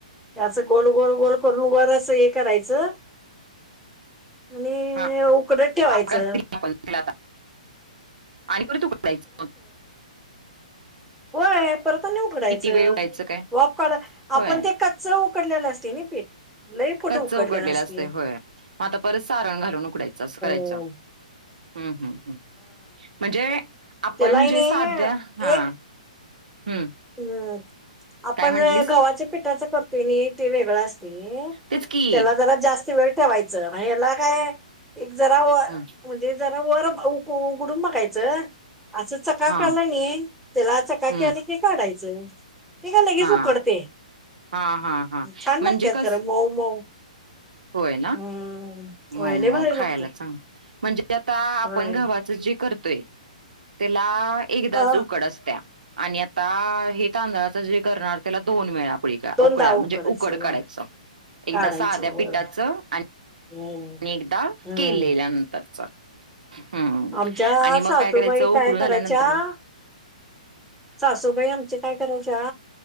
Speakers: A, in the centre; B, on the right (about 80°).
A: त्याच गोल गोल गोल करून वर अस एक करायचं, आणि
B: हा
A: उकडत ठेवायचं.
B: आकार दिला आपण त्याला आणि परत उकडायचं मग
A: <inaudible> होय, परत आणि उकडायचं,
B: वेळ काय
A: वाफ काढ
B: होय
A: आपण ते कच्च उकडलेलं असंतय ना पीठ. लई कुठ
B: कच्च उकडलेलं
A: असते
B: असतंय होय, मग आता परत सारण घालून उकडायचं असं कराय
A: हो
B: हम्म हम्म हम् म्हणजे आपण
A: त्यालाने
B: जे साध्या हा
A: एक
B: हम्म
A: हम्म आपण
B: काय म्हंटलीस
A: गव्हाच्या पिठाच करतोय नि ते वेगळं असतय
B: तेच की
A: त्याला जरा जास्त वेळ ठेवायचं याला काय एक जरा वर
B: हम्म
A: म्हणजे जरा वर उगुडून बघायचं, असं चकाकल
B: हा
A: नी, त्याला चकाकी
B: हम्म
A: आली की काढायचं ते का लगेच
B: हा
A: उकडते.
B: हा हा हा
A: छान लागतात
B: म्हणजे कस
A: खरं मऊ मऊ
B: होय ना.
A: हम्म होय
B: मऊमऊ
A: लय भारी
B: खायला
A: लागतात
B: चांगलं, म्हणजे आता आपण
A: होय
B: गवाच जे करत ते त्याला एकदाच
A: अ
B: उकड असत्या. आणि आता हे तांदळाच जे करणार त्याला दोन वेळा. उकळीत्या
A: दोनदा
B: म्हणजे
A: उकडायचं
B: उकड काढायच
A: वय
B: एकदा
A: काढायचे
B: साध्या
A: वय
B: पिठाचं आणि
A: हम्म
B: एकदा
A: हम्म
B: केलेल्यानंतरचं. हम्म
A: आमच्या
B: आणि
A: सासूबाई
B: मग काय करायचं उकडून
A: काय
B: झाल्यानंतर
A: करायच्या
B: म
A: सासूबाई आमचे काय करायच्या